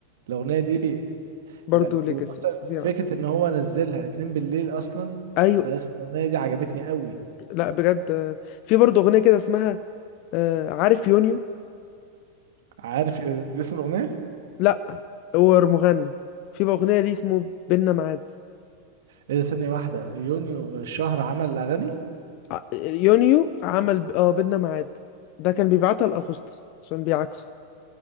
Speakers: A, on the right; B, on the left.
A: الاغنيه دي
B: برضو
A: لا
B: ليجاسي
A: هو اصلا
B: فظيعة
A: فكره ان هو نزلها اتنين بالليل اصلا
B: ايوه
A: على اسم الاغنيه دي عجبتني قوي
B: لا بجد آه، في برضو اغنية كده اسمها آه، عارف يونيو
A: عارف إيه ده اسم الاغنيه
B: لا هو مغني في بقى اغنية ليه اسمه بينا معاد
A: ايه ده ثانيه واحده يونيو الشهر عمل اغاني
B: ع- يونيو عمل ب- اه بينا ميعاد ده كان بيبعتها لاغسطس عشان بيعكسه